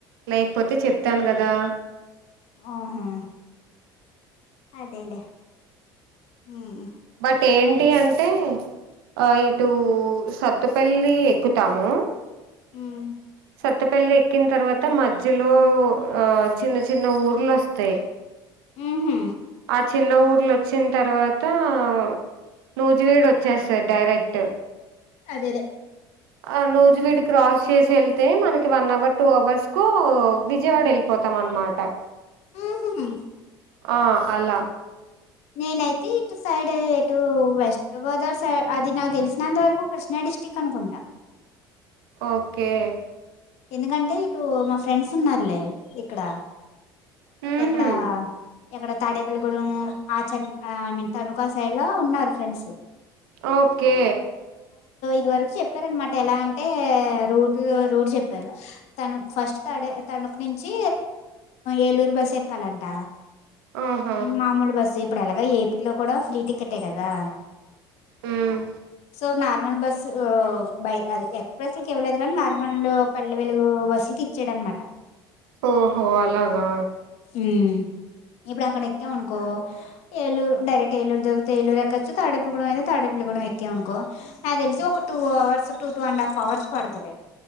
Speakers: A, on the right; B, on the left.
A: లేకపోతే చెప్తాను కదా
B: ఆహా అదేలే హ్మ్
A: బట్ ఏంటి అంటే ఆ ఇటు సత్తుపల్లి ఎక్కుతాము
B: ఉమ్
A: స పల్లి ఎక్కిన తర్వాత మధ్యలో ఆ చిన్న చిన్న ఊర్లు వస్తాయి
B: ఆహ
A: ఆ చిన్న ఊర్లు వచ్చిన తర్వాత ఆ నోజువేడు వచ్చేస్తది డైరెక్ట్
B: అదేలే
A: ఆ నోజు వీడి క్రాస్ చేసి వెళ్తే మనకి వన్ అవర్ టూ అవర్స్ కు విజయవాడ వెళ్ళిపోతాం అన్నమాట
B: హు హు
A: ఆ అలా
B: నేనైతే ఇటు సైడ్ ఇటు వెస్ట్ గోదావర్ సైడ్ అది నకు తెలిసినంత వరకు కృష్ణా అడి డిస్ట్రిక్ట్ అనుకుంట
A: ఓకే
B: ఎందుకంటే ఇటు మా ఫ్రెండ్స్ ఉన్నారులే ఇక్కడ
A: ఊహు
B: ఎక్కడ ఎక్కడ తాడేపల్లి గుండము ఆ ఐ మీన్ తనుకా సైడ్ ల ఉన్నారు ఫ్రెండ్స్
A: ఓకే
B: ఇంతవరకు చెప్పార అనమాట ఎలా అంటే రోడ్ రోడ్ చెప్పారు తను ఫస్ట్ త తను అక్కడి నుంచి ఏలూరు బస్ ఎక్కలట
A: ఆహా
B: మాములు బస్సే ఇప్పుడు ఎలాగ ఏపీలో కూడా ఫ్రీ టికెట్ ఏ కదా
A: మ్
B: సో న నార్మల్ బస్సు బై ఎక్స్ప్రెస్ లకి ఇవ్వలేదు కానీ నార్మల్ పల్లె వెలుగు బస్సుకి ఇచ్చాడ అనమాట
A: ఓహో అలాగా
B: హ్మ్ ఇప్పుడు అక్కడ ఎక్కాము అనుకో ఏలూరు డైరెక్ట్ ఏలరు దొరుకుతే ఏలూరు ఎక్కొచ్చ తాడపల్ గూడెం అయితే తాడపల్లి గూడెం ఎ క్యామ్ అనుకో నాకు తెలిసి ఒక two hours two two and half hours పడుతుంది